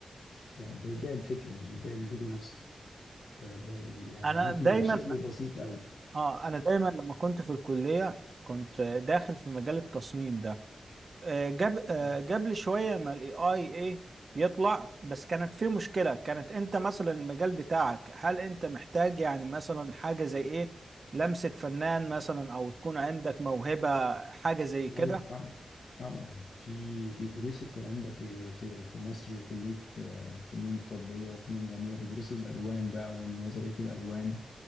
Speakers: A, on the left; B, on the right.
A: فانت بتبيع الفكرة مش بتبيع اللوجو نفسه فده يعني
B: انا
A: ممكن
B: دايما
A: يبقى شكله بسيط قوي
B: اه انا دايما لما كنت في الكليه كنت داخل في مجال التصميم ده آه، جاب آه،
A: <clears throat>
B: جاب لي شويه ما الاي اي ايه يطلع بس كانت في مشكله كانت انت مثلا المجال بتاعك هل انت محتاج يعني مثلا حاجه زي ايه لمسه فنان مثلا او تكون عندك موهبه حاجه زي كده
A: ايوه طبعا طبعا في بيدرسوا الكلام ده في في في مصر كليه آه، فنون تطبيقيه وفنون جميله بيدرسوا الالوان بقى ونظريه الالوان